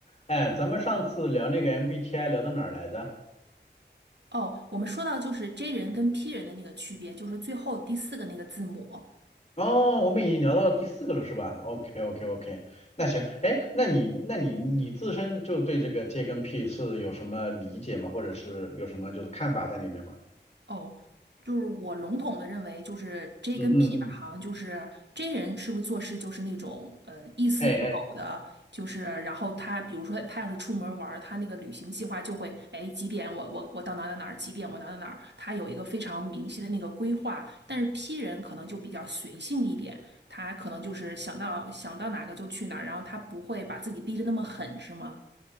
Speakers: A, on the left; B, on the right.
A: 哎，咱们上次聊那个 MBTI 聊到哪儿来着？
B: 哦，我们说到就是 J 人跟 P 人的那个区别，就是最后第四个那个字母。
A: 哦，我们已经聊到第四个了，是吧？OK OK OK，那行，哎，那你那你你自身就对这个 J 跟 P 是有什么理解吗？或者是有什么就是看法在里面吗？
B: 哦，就是我笼统的认为，就是 J
A: 嗯嗯嗯，
B: 跟 P 吧，好像就是 J 人是不是做事就是那种呃一丝不苟的，
A: 哎哎
B: 就是然后他比如说他要是出门玩儿他那个旅行计划就会，哎几点我我我到哪儿哪儿哪儿，几点我哪儿哪儿哪儿，他有一个非常明晰的那个规划。但是 P 人可能就比较随性一点，他可能就是想到想到哪个就去哪儿，然后他不会把自己逼得那么狠，是吗？